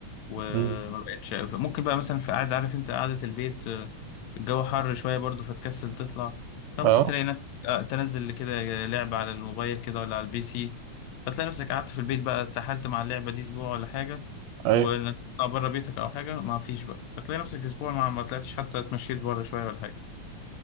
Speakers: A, on the left; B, on the right.
A: وما
B: مم.
A: بقتش ممكن بقى مثلا في قعده عارف انت قعده البيت آه، الجو حر شويه برضو فتكسل تطلع فممكن
B: اه
A: تلاقي نفسك آه، تنزل كده لعبه على الموبايل كده ولا على البي سي فتلاقي نفسك قعدت في البيت بقى اتسحلت مع اللعبه دي اسبوع ولا حاجه
B: ايوه
A: وانك تطلع بره بيتك او حاجه ما فيش بقى فتلاقي نفسك اسبوع ما ما طلعتش حتى اتمشيت بره شويه ولا حاجه